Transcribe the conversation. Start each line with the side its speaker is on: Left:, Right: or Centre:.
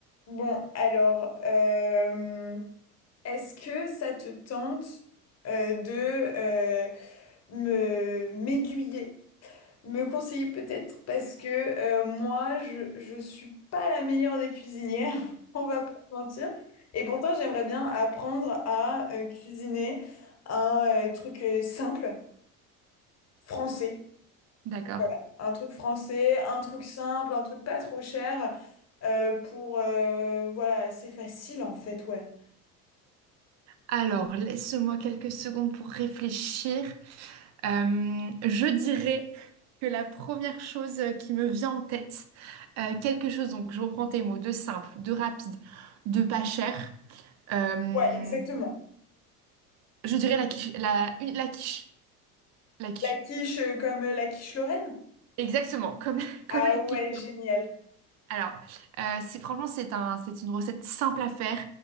Left: Bon, alors, euh, est-ce que ça te tente euh, de euh, me m'aiguiller, me conseiller peut-être parce que euh, moi, je je suis pas la meilleure des cuisinières, <laughs> on va pas se mentir. Et pourtant, j'aimerais bien apprendre à euh, cuisiner un euh, truc euh, simple français.
Right: D'accord.
Left: Voilà, un truc français, un truc simple, un truc pas trop cher euh, pour euh, voilà, c'est facile en fait, ouais.
Right: Alors, laisse-moi quelques secondes pour réfléchir. Euh, je dirais que la première chose qui me vient en tête, euh, quelque chose, donc je reprends tes mots, de simple, de rapide, de pas cher, euh,
Left: Ouais, exactement.
Right: je dirais la quiche, la, une- la quiche, la quiche.
Left: La quiche euh, comme euh, la quiche Lorraine?
Right: Exactement, comme, <laughs> comme
Left: Ah
Right: la
Left: ouais,
Right: quiche.
Left: génial. <laughs>
Right: Alors, euh, c'est franchement, c'est un, c'est une recette simple à faire.